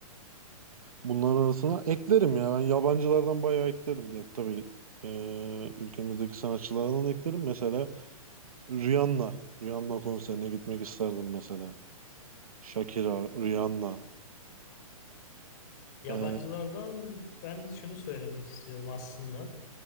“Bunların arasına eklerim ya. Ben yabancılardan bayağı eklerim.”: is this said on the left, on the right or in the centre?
Right